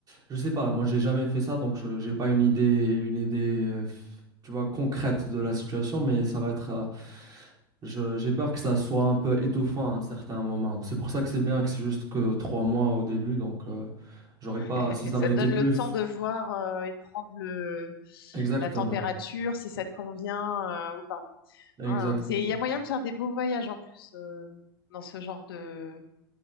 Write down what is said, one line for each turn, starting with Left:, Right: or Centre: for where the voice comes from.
Right: Je sais pas, moi j'ai jamais fait ça, donc je j'ai pas une idée, une idée, euh, f- tu vois, concrète de la situation, mais ça va être. euh, je- j'ai peur que ça soit un peu étouffant à un certain moment. C'est pour ça que c'est bien que c'est juste que trois mois au début, donc euh, j'aurais pas.
Left: <laughs>
Right: Si
Left: Et
Right: ça
Left: ça
Right: avait
Left: te
Right: été
Left: donne
Right: plus.
Left: le temps de voir euh, et de prendre le,
Right: Exactement.
Left: la température, si ça te convient euh, ou pas.
Right: Exactement.
Left: Hein, c'est- Il y a moyen de faire des beaux voyages en plus euh, dans ce genre de,